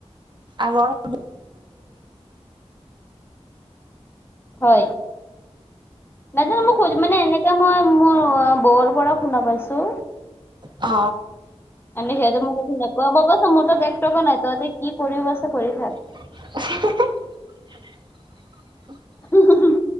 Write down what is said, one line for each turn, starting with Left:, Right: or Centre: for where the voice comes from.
Right: আগৰ
Left: হয় নান মোক মানে এনে মই মোৰ বৌৰ পৰা শুনা পাইছোঁ।
Right: অ,
Left: আ সেইয়া যে মোক নক বাবাছ মোৰ ত এক টকা নাই তহতি কি কৰিব আছে কৰি খাক?
Right: <unintelligible>
Left: উম, উম, উম